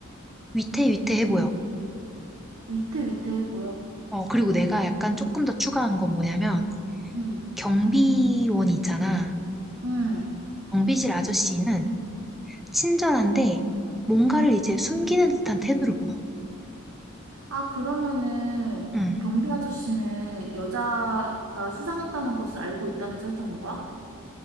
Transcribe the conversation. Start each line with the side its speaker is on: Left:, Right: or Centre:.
Centre: 위태위태해 보여.
Right: 위태위태해 보여.
Centre: 어, 그리고 내가 약간 조금 더 추가한 건 뭐냐면
Right: 응,
Centre: 경비원이 있잖아.
Right: 응.
Centre: 경비실 아저씨는 친절한데 뭔가를 이제 숨기는 듯한 태도를 보여.
Right: 아, 그러면은
Centre: 음.
Right: 경비 아저씨는 여자가 수상하다는 것을 알고 있다는 설정인 거야?